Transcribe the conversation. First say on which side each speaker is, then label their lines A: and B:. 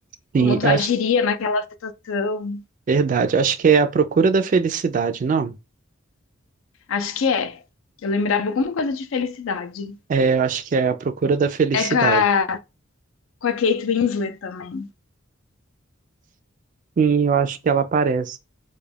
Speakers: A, on the left; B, on the right.
A: como
B: Sim,
A: tu
B: acho,
A: agiria naquela situação.
B: verdade. Acho que é A Procura da Felicidade, não?
A: Acho que é. Eu lembrava alguma coisa de felicidade.
B: É, eu acho que é A Procura da Felicidade.
A: É com a, com a Kate Winslet também.
B: Sim, eu acho que ela aparece.